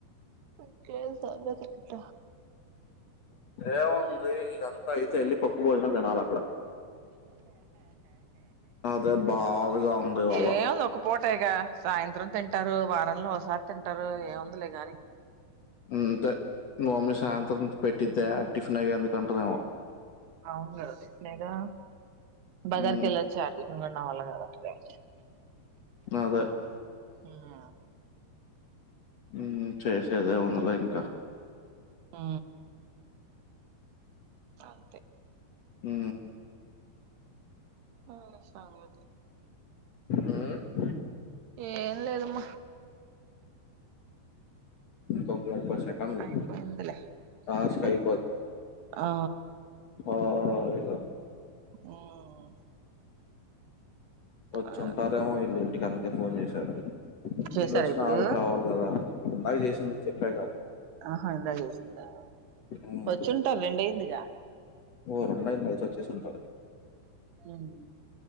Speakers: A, on the right; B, on the left.
A: ఇంకేం సంగతు అంట
B: ఏముంది ఇదంత అయితే పప్పు భోజనాల తినలా అక్కడ అదే బాధగా ఉంది ఇవాళ
A: ఏముంది ఒక పూటే గా సాయంత్రం తింటారు వారంలో ఒకసారి తింటారు ఏముందిలే గాని
B: ఇంతే మ మమ్మీ సాయంత్రం పెట్టిద్దా టిఫిన్ అగే ఎందుకు అంటదేమో
A: అవును టిఫినే గా బజార్
B: ఉమ్
A: కేలోచ్చర్లే ఇంక నావల్ల కావట్లేదు
B: అదే
A: ఉమ్
B: ఉమ్ చేసేదేముందిలే ఇంకా
A: ఉ అంతే
B: ఊ
A: ఆ సంగతి
B: ఉమ్,
A: ఎం లేదమ్మ
B: ఇంకొముప్పై సెకండ్లు
A: అయిపోయిందిలే
B: టాస్క్
A: ఇంకా
B: అయ్యిపోది
A: ఆ
B: హాయిగా
A: ఉమ్
B: వచ్చుంటారేమో
A: ఆ
B: ఈళ్ళు ఇంటికి అందుకే ఫోన్ చేశారు
A: చేసారా
B: వీళ్ళు వొచ్చిన
A: ఇప్పుడు
B: ఆల్ రావాలి కదా ఇందాక చేసింది చెప్పాక
A: హా ఇందాక జేసిందా
B: ఉమ్,
A: వచ్చుంటాది రెండైందిగా
B: ఒరేనా ఇళ్లు నడిచి వచ్చేసుంటారు
A: హుమ్